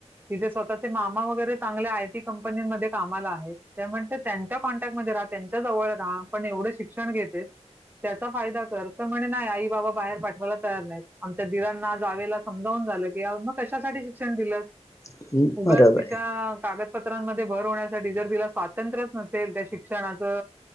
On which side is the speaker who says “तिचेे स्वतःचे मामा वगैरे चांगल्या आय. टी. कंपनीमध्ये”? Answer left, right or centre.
Right